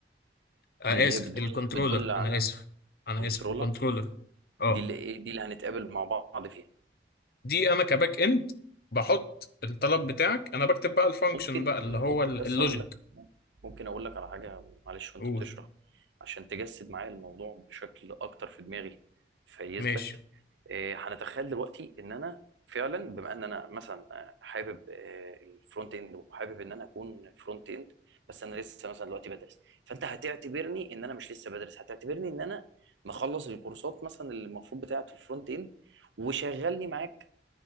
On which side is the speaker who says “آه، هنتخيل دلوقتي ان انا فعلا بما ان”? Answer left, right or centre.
Right